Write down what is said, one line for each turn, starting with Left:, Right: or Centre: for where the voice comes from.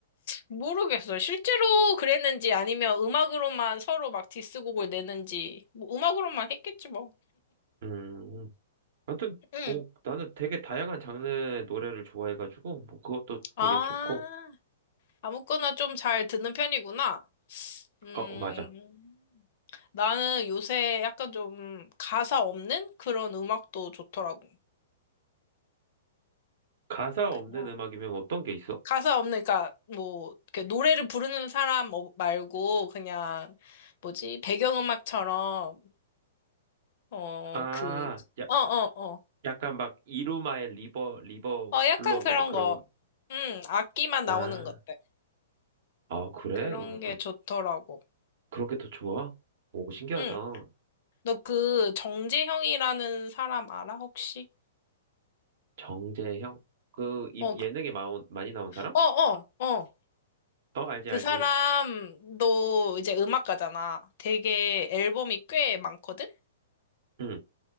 Left: 모르겠어. 실제로 그랬는지 아니면 음악으로만 서로 막 디스곡을 내는지 뭐 음악으로만 했겠지 뭐.
Right: 음. 아무튼
Left: 응.
Right: 뭐 나는 되게 다양한 장르의 노래를 좋아해가지고 뭐 그것도
Left: 아,
Right: 되게 좋고.
Left: 아무거나 좀 잘 듣는 편이구나. 음,
Right: 어, 어, 맞아.
Left: 나는 요새 약간 좀 가사 없는 그런 음악도 좋더라고.
Right: 가사
Left: 그냥
Right: 없는 음악이면 어떤 게 있어?
Left: 가사 없는, 그러니까 뭐, 이렇게 노래를 부르는 사람 어- 말고 그냥 뭐지, 배경음악처럼, 어,
Right: 아,
Left: 그,
Right: 야,
Left: 어, 어, 어.
Right: 약간 막 이루마의 리버 리버
Left: 어, 약간
Right: 블루인가
Left: 그런
Right: 뭐 그런
Left: 거. 음, 악기만
Right: 아,
Left: 나오는 것들.
Right: 아 그래?
Left: 그런
Right: 오,
Left: 게
Right: 또
Left: 좋더라고.
Right: 그런 게 더 좋아? 오 신기하다.
Left: 응. 너 그 정재형이라는 사람 알아, 혹시?
Right: 정재형 그 이-
Left: 어,
Right: 예능에 마온, 많이 나온 사람?
Left: 어, 어, 어.
Right: 어 알지
Left: 그
Right: 알지.
Left: 사람도 이제 음악가잖아. 되게 앨범이 꽤 많거든?
Right: 응.